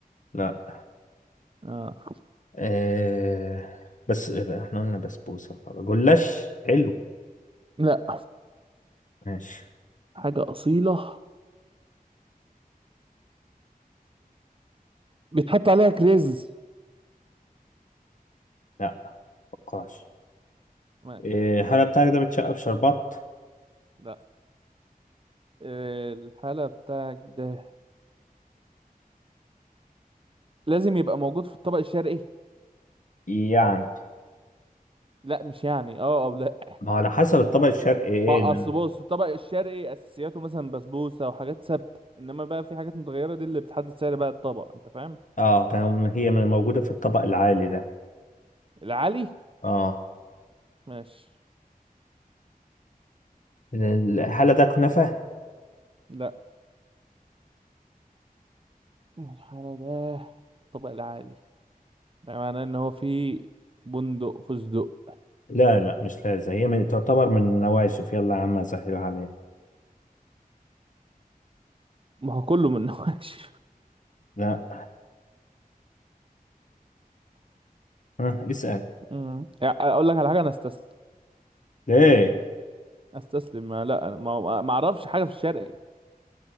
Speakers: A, on the left (about 55°); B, on the right (about 35°).
A: لا
B: آه.
A: آه. بس احنا قلنا بسبوسه جلاش حلو
B: لا
A: ماشي
B: حاجة أصيلة بيتحط عليها كريز
A: لا متوقعش
B: ماشي
A: آه. هل بتاعك ده بتشقى بشربات
B: لا آه، الحالة بتاعك ده لازم يبقى موجود في الطبق الشرقي
A: يعني
B: لا مش يعني اه او لا
A: ما على حسب الطبق الشرقي ايه
B: ما
A: ده.
B: اصل بص الطبق الشرقي اساسياته مثلا بسبوسة وحاجات ثابتة انما بقى في حاجات متغيرة دي اللي بتحدد سعر بقى الطبق انت فاهم
A: اه كان هي من موجوده في الطبق العالي ده
B: العلي
A: اه
B: ماشي
A: الحالة ده كنافه
B: لا الحالة ده الطبق العالي ده معناه ان هو في بندق فستق
A: لا لا مش لازم هي من تعتبر من النواشف يلا يا عم اسهلها عليك
B: ما هو كله من نوعش
A: لا آه. اسال
B: امم يعني <laughs> اقول لك على حاجه انا استسلم
A: ليه
B: استسلم ما لا أنا ما ما اعرفش حاجه في الشرقي